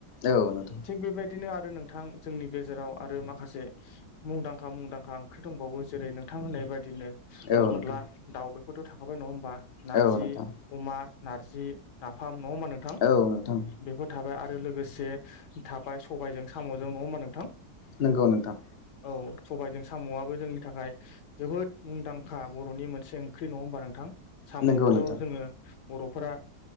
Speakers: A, on the left; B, on the left.
A: औ नोंथां
B: थिग बेबादिनो आ नोंथां जोंनि गेजेराव आरो माखासे मुंदांखा मुंदांखा ओंख्रि दंबावो जेरै नोंथां होननाय बादि बादिनो
A: औ
B: अनला
A: नोंथां
B: दाउ बेफोरथ' थाखाबाय नङा होमबा नारजि
A: औ नोंथां
B: अमा नारजि नाफाम नङा होमबा नोंथां
A: औ नोंथां
B: बेफोर थाबाय आरो लोगोसे थाबाय सबायजों साम'जों नङा होमबा नोंथां
A: नोंगौ नोंथां
B: औ सबायजों साम'वाबो जोंनि थाखाय जोबोद मुंदांखा बर'नि मोनसे ओंख्रि नङा होमबा नोंथां साम'खौथ'
A: नंगौ नोंथां
B: जोङो बर'फोरा